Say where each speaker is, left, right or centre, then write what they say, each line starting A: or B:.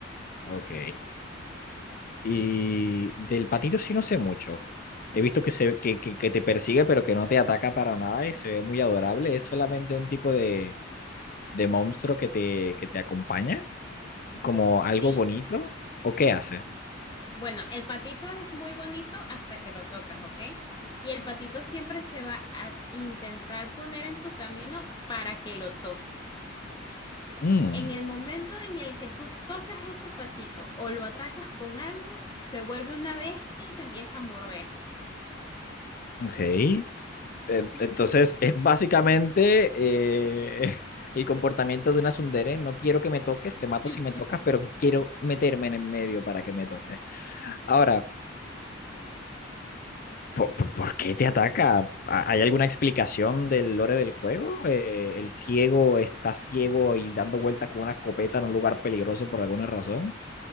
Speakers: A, on the left; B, on the left.
A: Ok. Y del patito sí no sé mucho. He visto que, se, que, que, que te persigue, pero que no te ataca para nada y se ve muy adorable. Es solamente un tipo de, de monstruo que te, que te acompaña, como
B: Sí.
A: algo bonito. ¿O qué hace?
B: Bueno, el patito es muy bonito hasta que lo tocas, ¿ok? Y el patito siempre se va a intentar poner en tu camino para que lo toques.
A: Mm,
B: En el momento en el que tú tocas ese patito o lo atacas con algo, se vuelve una bestia y te empieza a morder.
A: ok. Eh,
B: Ujú.
A: Entonces es básicamente eh, <laughs> el comportamiento de una tsundere. No quiero que me toques, te mato
B: <laughs>
A: si me tocas, pero quiero meterme en el medio para que me toques. Ahora, ¿Por, por qué te ataca? ¿Hay alguna explicación del lore del juego? Eh, ¿el ciego está ciego y dando vueltas con una escopeta en un lugar peligroso por alguna razón?